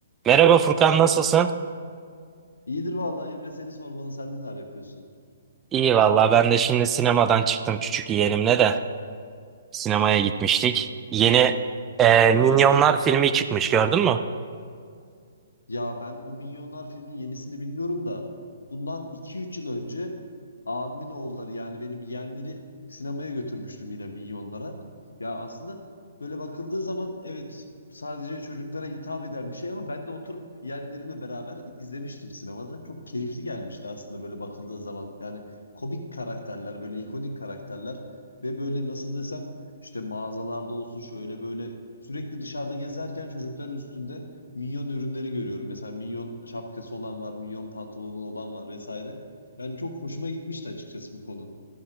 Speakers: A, on the right; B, on the left.
A: Merhaba Furkan nasılsın?
B: İyidir vallahi Emre seni sormalı. Sen neler yapıyorsun?
A: İyi valla ben de şimdi sinemadan çıktım küçük yeğenimle de sinemaya gitmiştik. Yeni e, Minyonlar filmi çıkmış gördün mü?
B: Ya ben o Minyonlar filminin yenisini bilmiyorum da bundan iki üç yıl önce abimin oğulları yani benim yeğenleri sinemaya götürmüştüm yine Minyonlara. Ya aslında böyle bakıldığı zaman evet sadece çocuklara hitap eden bir şey ama ben de oturup yeğenlerimle beraber izlemiştim sinemada. Çok keyifli gelmişti aslında böyle bakıldığı zaman. Yani komik karakterler böyle ikonik karakterler ve böyle nasıl desem işte mağazalarda olsun şöyle böyle sürekli dışarıda gezerken çocukların üstünde Minyon ürünleri görüyorum. Mesela minyon şapkası olan var, minyon pantolonu olan var vesaire. Yani çok hoşuma gitmişti açıkçası bu konu.